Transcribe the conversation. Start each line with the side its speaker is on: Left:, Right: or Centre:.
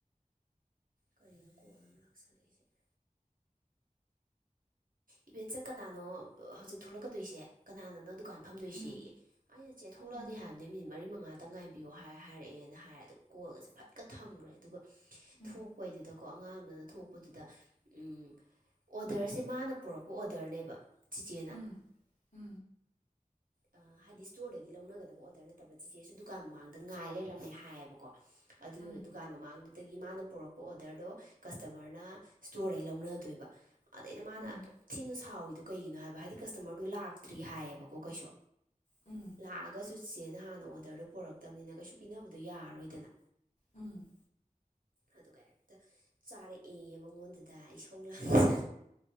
Right: ꯀꯔꯤꯅꯣ ꯀꯣꯜ ꯑꯃ ꯂꯥꯛꯁꯜꯂꯛꯏꯖꯦ ꯏꯚꯦꯟ ꯁꯪ ꯀꯅꯥꯅꯣ ꯍꯧꯖꯤꯛ ꯊꯣꯛꯂꯛꯀꯗꯣꯏꯁꯦ ꯀꯅꯥꯅꯅꯣ ꯗꯨꯀꯥꯟ ꯐꯝꯗꯣꯏ
Left: ꯎꯝ
Right: ꯁꯦꯌꯦ ꯑꯩꯅ ꯆꯦ ꯊꯣꯛꯂꯛ
Left: ꯎꯝ
Right: ꯑꯅꯤ ꯍꯥꯏꯕꯅꯤ ꯃꯤ ꯃꯔꯤ ꯃꯉꯥꯇ ꯉꯥꯏꯕꯤꯌꯣ ꯍꯥꯏ ꯍꯥꯏꯔꯛꯑꯦꯅ ꯍꯥꯏꯔꯦ ꯑ ꯀꯣꯜꯒꯁꯦ ꯐꯠꯀ ꯊꯝꯈ꯭ꯔꯦ ꯑꯗꯨꯒ
Left: ꯎꯝ
Right: ꯊꯣꯛꯄꯩꯗꯨꯗꯀꯣ
Left: ꯎꯝ
Right: ꯉꯥꯡꯗꯨꯅ ꯊꯣꯛꯄꯗꯨꯗ ꯎꯝ ꯑꯣꯗꯔꯁꯦ ꯃꯥꯅ ꯄꯨꯔꯛꯄ ꯑꯣꯗꯔꯅꯦꯕ ꯆꯤꯆꯦꯅ
Left: ꯎꯝ ꯎꯝ
Right: ꯑ ꯍꯥꯏꯗꯤ ꯁ꯭ꯇꯣꯔꯗꯒꯤ ꯂꯧꯅꯒꯗꯕ ꯑꯣ ꯅꯠꯇꯕ ꯆꯦꯁꯨ ꯗꯨꯀꯥꯟ ꯃꯥꯡꯗꯦ ꯗ ꯉꯥꯏ ꯂꯩꯔꯝꯃꯦ ꯍꯥꯏꯌꯦꯕꯀꯣ ꯑꯗꯨ
Left: ꯎꯝ
Right: ꯗꯨꯀꯥꯟ ꯃꯃꯥꯡꯗꯨꯗꯒꯤ ꯃꯥꯅ ꯄꯣꯔꯛꯄ ꯑꯣꯗꯔꯗꯣ ꯀꯁꯇꯃꯔꯅ ꯁ꯭ꯇꯣꯔꯗꯩ ꯂꯧꯅꯗꯣꯏꯕ ꯑꯗꯩꯩꯗ ꯃꯥꯅ
Left: ꯎꯝ
Right: ꯊꯤꯅ ꯁꯥꯎꯏꯗꯣ ꯀꯩꯒꯤꯅꯣ ꯍꯥꯏꯕ ꯍꯥꯏꯗꯤ ꯀꯁꯇꯃꯔꯗꯣ ꯂꯥꯛꯇ꯭ꯔꯤ ꯍꯥꯏꯌꯦꯕꯀꯣ ꯀꯩꯁꯨ
Left: ꯎꯝ
Right: ꯂꯥꯛꯑꯒꯁꯨ ꯆꯦꯅ ꯍꯥꯟꯅ ꯑꯣꯗꯔꯗꯣ ꯄꯨꯣꯔꯛꯇꯕꯅꯤꯅ ꯀꯩꯁꯨ ꯄꯤꯅꯕꯗꯣ ꯌꯥꯔꯣꯏꯗꯅ
Left: ꯎꯝ
Right: ꯑꯗꯨꯒ ꯍꯦꯛꯇ ꯆꯥꯔꯛꯑ ꯃꯉꯣꯟꯗꯨꯗ ꯏꯁꯧ ꯂꯥꯛꯦ